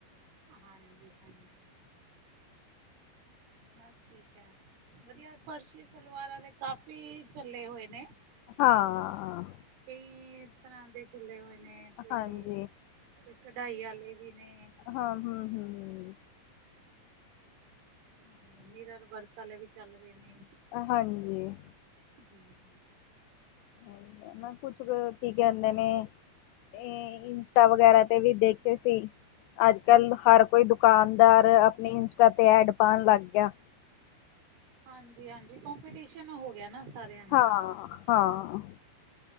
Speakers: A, on the right; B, on the left.
A: ਹਾਂਜੀ, ਹਾਂਜੀ। ਮੈਂ ਠੀਕ ਐ। ਵਧੀਆ, ਫਰਸ਼ੀ ਸਲਵਾਰਾਂ ਲੇ ਕਾਫੀ ਚੱਲੇ ਹੋਏ ਨੇਂ।
B: ਹਾਂ।
A: ਕਈ ਇਸ ਤਰ੍ਹਾਂ ਦੇ ਚੱਲੇ ਹੋਏ ਨੇ, ਕੋਈ
B: ਹਾਂਜੀ
A: ਕੋਈ ਕਢਾਈ ਵਾਲੇ ਵੀ ਨੇ।
B: ਹਾਂ, ਹਂ, ਹਂ, ਹਂ।
A: ਹਾਂਜੀ, ਮੀਰਰ ਵਰਕ ਆਲੇ ਵੀ ਚੱਲ ਰੇ ਨੇ।
B: ਹਾਂਜੀ।
A: ਹਂ।
B: <unintelligible> ਕੁਛ ਕ ਕੀ ਕੈਂਦੇ ਨੇ। ਏ ਇੰਸਟਾ ਵਗੈਰਾ ਤੇ ਵੀ ਦੇਖੇ ਸੀ। ਅੱਜ-ਕੱਲ ਹਰ ਕੋਈ ਦੁਕਾਨਦਾਰ ਆਪਨੀ ਇੰਸਟਾ ਤੇ ਐਡ ਪਾਨ ਲਾੱਗ ਗੇਆ।
A: ਹਾਂਜੀ-ਹਾਂਜੀ ਕੋਮਪੀਟੀਸ਼ਨ ਹੋ ਗੇਆ ਨਾ। ਸਾਰਿਆਂ
B: ਹਾਂ, ਹਾਂ।